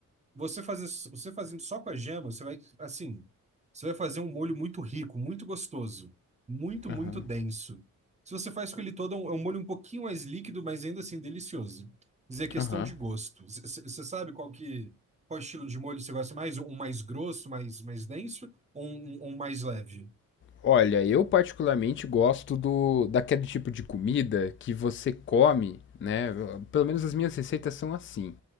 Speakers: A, on the right (about 20°); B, on the left (about 35°).
A: Você fazer, você fazendo só com a gema, você vai, assim, você vai fazer um molho muito rico, muito gostoso, muito, muito
B: Aham.
A: denso. Se você faz com ele todo, é um é um molho um pouquinho mais líquido, mas ainda assim delicioso. Dizer questão
B: Aham.
A: de gosto. Você sabe qual que, qual estilo de molho você gosta mais? Um mais grosso, mais, mais denso, ou um, um um mais leve?
B: Olha, eu particularmente gosto do daquele tipo de comida que você come, né? Pelo menos as minhas receitas são assim.